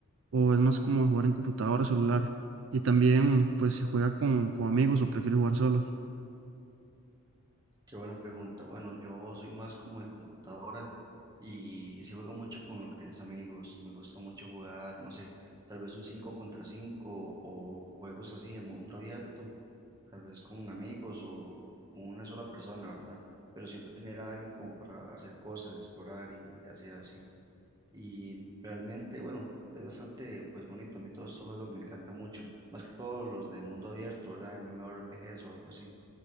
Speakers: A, on the right; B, on the right.
A: o es más como jugar en computadora, celular. Y también, pues, si juega con, con amigos o prefiere jugar solo.
B: Qué buena pregunta. Bueno, yo soy más como de computadora y sí juego mucho con lo que es amigos. Me gusta mucho jugar, no sé, tal vez un 5 contra 5 o juegos así de mundo abierto tal vez con amigos o con una sola persona, ¿verdad? Pero siempre tener a alguien como para hacer cosas, explorar y hacer así. Y realmente, bueno, es bastante pues bonito. A mí todos estos juegos me encantan mucho, más que todos los de mundo abierto, ¿verdad? MMORPGs o algo así.